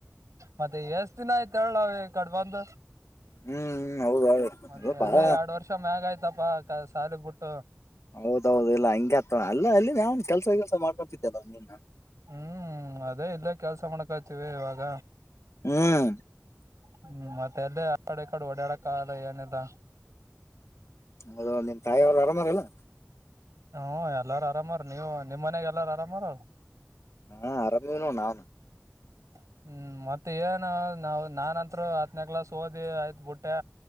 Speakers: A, on the right; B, on the left.
A: ಮತ್ತೆ ಎಷ್ಟ ದಿನ ಆಯ್ತ ಹೇಳ ನಾವ್ ಈಕಡೆ ಬಂದ.
B: ಹ್ಮ್ ಹೌದ ಹೌದು
A: ಮತ್ತೆ
B: ಬಾಳ
A: ಅಲ್ಲಿ ಎರಡ್ ವರ್ಷ ಮ್ಯಾಗ ಆಯ್ತಪ ಸಾಲಿಗ್ ಬಿಟ್ಟು.
B: ಹೌದೌದು ಇಲ್ಲ ಹಂಗ ಅತ ಅಲ್ಲ ಅಲ್ಲಿ ನಾವನ್ ಕೆಲ್ಸ ಕೆಲ್ಸ ಮಾಡ್ಕೊತಿದ್ದಲ್ಲನ್ನ.
A: ಹ್ಮ್ ಅದೇ ಇಲ್ಲೇ ಕೆಲ್ಸ ಮಾಡ್ಕಾಯತಿವಿ ಇವಾಗ
B: ಹ್ಮ್
A: ಹ್ಮ್ ಮತ್ತೆ ಅದೇ ಆಡೆ ಈ ಕಡೆ ಓಡಾಡಕ್ಕಲ್ಲ ಏನಿಲ್ಲ
B: ಹೌದು ನಿನ್ ತಾಯಿ ಅವ್ರು ಆರಾಮಾರಲ್ಲಾ
A: ಹ್ಞೂ ಎಲ್ಲಾರು ಆರಾಮಾರ ನೀವು ನಿಮ್ಮ ಮನೆಯಾಗ ಎಲ್ಲಾರು ಆರಾಮಾರ ಅಲ್ಲ
B: ಹಾ ಆರಾಮದೇವ ನಾನು
A: <inaudible> ಹ್ಮ್ ಮತ್ತೆ ಏನ ನಾವ ನಾನತ್ರ ಹತ್ನ ಕ್ಲಾಸ್ ಓದಿ ಆಯ್ತ ಬುಟ್ಯ